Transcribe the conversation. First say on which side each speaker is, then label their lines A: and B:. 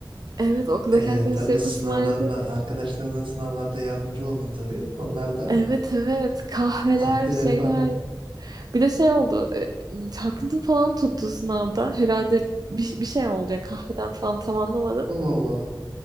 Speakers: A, on the right; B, on the right.
A: Evet okuldaki
B: Ee,
A: arkadaşlarım
B: tabii sınavlarında
A: ısmarladı.
B: arkadaşlarına sınavlarda yardımcı oldun tabii. Onlar da
A: Evet evet kahveler
B: ahde
A: şeyler.
B: vefa.
A: Bir de şey oldu. e, Çarpıntım falan tuttu sınavda. Herhalde bir, bir şey oldu ya kahveden falan tam anlamadım.
B: Allah Allah.